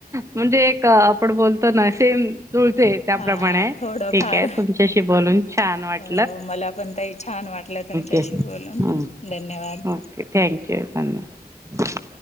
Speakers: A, on the right; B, on the left.
A: म्हणजे एक आपण बोलतो ना सेम जुळते. त्याप्रमाणे
B: हा थोडं
A: ठीकये
B: फार
A: तुमच्याशी बोलून छान वाट
B: हो मला पण ताई छान वाटलं तुमच्याशी
A: यू.
B: बोलून
A: हम्म
B: धन्यवाद.
A: ओके थँक्यू धन्यवाद.